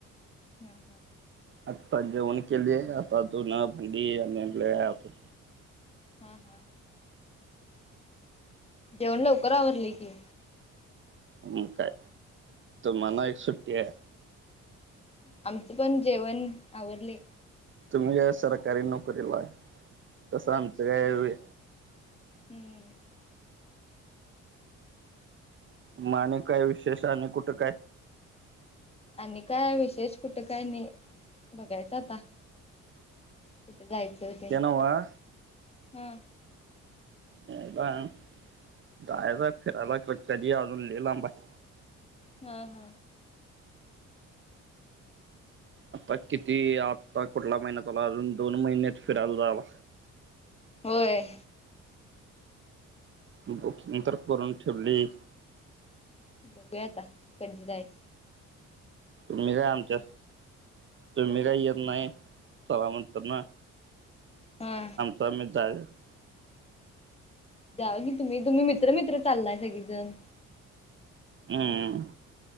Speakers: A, on the left; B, on the right.
A: हा हा.
B: आता जेवण केले,,, आता धूंनं, भांडी अजून लय आय अजून.
A: हा हा. जेवण लवकर आवरलय की.
B: म काय,, मला एट सुट्टी आहे
A: आमचं पण जेवण आवरले.
B: तुम्ही काय सरकारी नोकरीलाय,, तसं आमचं काय हायवय.
A: हम्म.
B: मग आणि काय विशेष आणि कुठं काय
A: आणि काय विषेश कुठ काय नाही, बघायचं आता कुठं जायचं
B: ते न्वहं
A: हा
B: जायाचाय जायचाय एक फिरायला खर कधी अजून लई लांबाय
A: ह ह
B: आता किती, आता कुठला महिना चालूय अजून दोन महिन्यात फिरायला जावा
A: होय
B: बुकिंग तर करून ठेवलय
A: बघूया आता कधी जायच
B: तुम्ही काय आमच्यात, तुम्ही काय येत नाही चला म्हणताना
A: ह
B: <unintelligible>
A: जावा की तुम्ही- तुम्ही मित्र -मित्र चालतंय सगळीजण
B: हम्म.